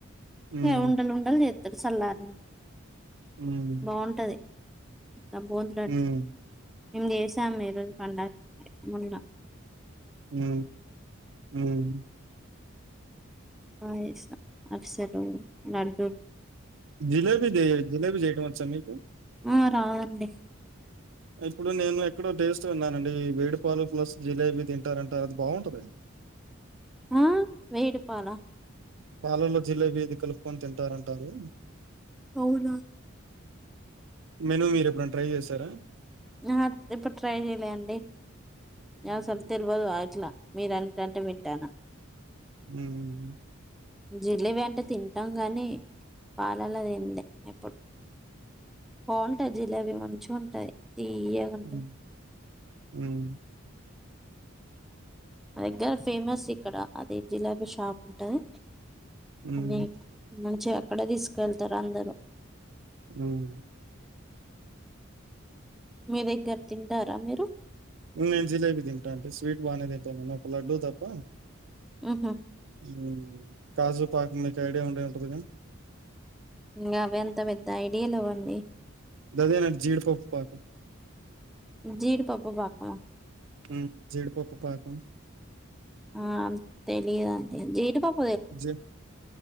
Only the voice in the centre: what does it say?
ఏ ఉండల్ ఉండల్ చేత్ సల్లారినంక
బాగుంటది న పోంతంట
మేం చేసాము ఈరోజు పండక్కి నిన్న
బాద్చేసిన అరిసెలు లొడ్
ఆ రాదండి
ఆ మేడిపాల
అవునా
ఆ ఏప్పుడు ట్రై చేయలే అండి
ఆ అస్సలు తెల్వదు వయిట్లా మీరంటంటే వింటనా
జిల్లెబి అంటే తింటాం గాని పాలల తిన్లే ఎప్పుడు బావుంటా జిలెవి వన్ చ్చుంటయ్ తియ్యగుంట
మా దగ్గర ఫేమస్ ఇక్కడ అది జిలేబీ షాప్ ఉంటది
అన్ని మనక్ చే అక్కడె తీసుకెళ్తరు అందరూ
మీ దగ్గర తింటార మీరు
ఉహు
ఇంగ అవే అంత పెద్ద ఐడియాలు లెవ్వండి
జీడిపప్పు పాకమా
ఆమ్ తెలియది జీడి పప్